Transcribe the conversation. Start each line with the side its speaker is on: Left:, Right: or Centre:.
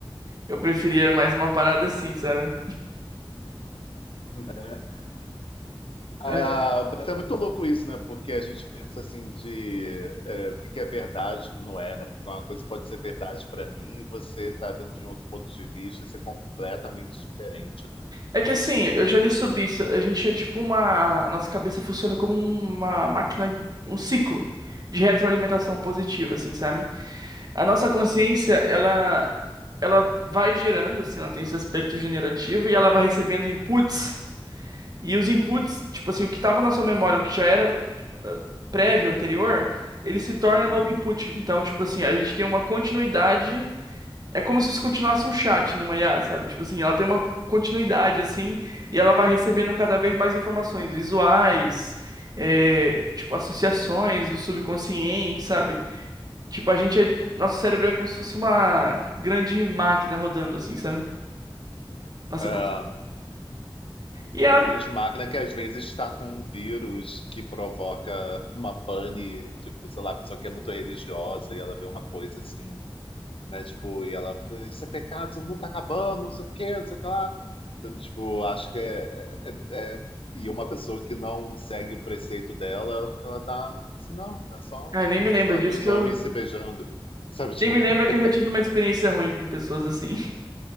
Right: eu preferia mais uma parada assim, sabe?
Left: <laughs> né? Ah,
Right: É.
Left: ah, mas é muito louco isso, né? Porque a gente pensa assim de é, o que que é verdade, o que não é, né? Porque uma coisa pode ser verdade para mim e você tá vendo de um outro ponto de vista e ser completamente diferente, né?
Right: É que assim, eu já li sobre isso. A gente é tipo uma. Nossa cabeça funciona como uma máquina, um ciclo de retroalimentação positiva, assim, sabe? A nossa
Left: É.
Right: consciência, ela, ela vai gerando, assim, ela tem esse aspecto generativo e ela vai recebendo inputs. E os inputs, tipo assim, o que estava na sua memória, o que já era ah, prévio, anterior, ele se torna
Left: Uhum.
Right: novo input. Então, tipo assim, a gente tem uma continuidade. É como se isso continuasse um chat numa IA, sabe? Tipo assim, ela tem uma continuidade, assim, e ela vai recebendo cada vez mais informações visuais, é, tipo, associações do subconsciente, sabe? Tipo, a gente é, nosso cérebro é como se fosse uma grande máquina rodando, assim, sabe? Nossa,
Left: É.
Right: cons- e ela,
Left: Uma grande máquina que às vezes está com um vírus que provoca uma pane, tipo, sei lá, a pessoa que é muito religiosa e ela vê uma coisa assim, né? Tipo, e ela, isso é pecado, o mundo tá acabando, não sei o quê, não sei o que lá. Então, tipo, acho que é, é- é- E uma pessoa que não segue o preceito dela, ela tá assim, não, é só,
Right: ah, nem me lembra
Left: sei lá,
Right: disso
Left: dois
Right: que
Left: homens
Right: eu,
Left: se beijando. Sabe, tipo,
Right: nem me
Left: <laughs>
Right: lembra que eu já tive uma experiência ruim com pessoas assim. <laughs>